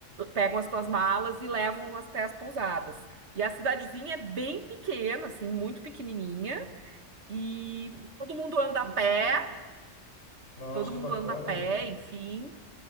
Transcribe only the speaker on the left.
Nossa,
que
bacana,
hein?